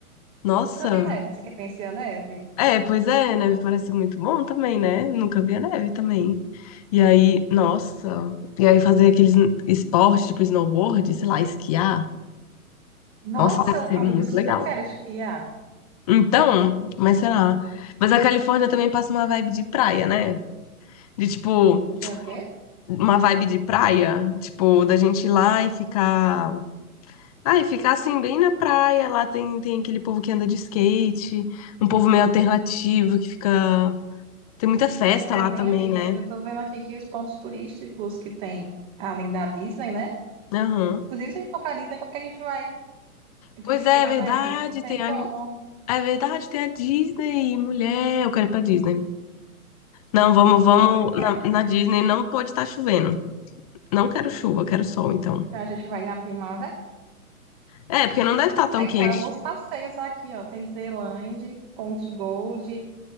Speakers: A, on the left; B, on the right.
A: Nossa,
B: Nunca vi neve. Você quer conhecer a neve?
A: é, pois é, neve parece muito bom também, né? Nunca vi a neve também. E aí, nossa, e aí fazer aqueles esportes tipo snowboard, sei lá, esquiar.
B: Nossa,
A: Nossa, deve ser
B: amiga,
A: muito
B: super
A: legal.
B: quero esquiar.
A: Então, mas sei lá. Mas a Califórnia também passa uma vibe de praia, né? De tipo,
B: Tem o quê?
A: uma vibe de praia, tipo, da gente ir lá e ficar Ah, e ficar assim bem na praia, lá tem, tem aquele povo que anda de skate, um povo meio alternativo que fica. Tem muita festa
B: É, e também,
A: lá também,
B: amiga,
A: né?
B: eu tô vendo aqui que os pontos turísticos que tem, além da Disney, né?
A: Aham.
B: Inclusive, se a gente comprar a Disney, como que a gente vai de
A: Pois
B: chu
A: é,
B: na
A: é verdade,
B: neve? Não tem
A: tem a...
B: como.
A: é verdade, tem a Disney, mulher, eu quero ir pra Disney. Não, vamos, vamos,
B: Pois
A: na,
B: é,
A: na Disney não pode estar chovendo. Não quero chuva, quero sol, então.
B: então a gente vai na primavera.
A: É, porque não deve estar tão
B: Aí
A: quente.
B: tem alguns passeios aqui, ó. Tem Disneyland, Ponte Gold,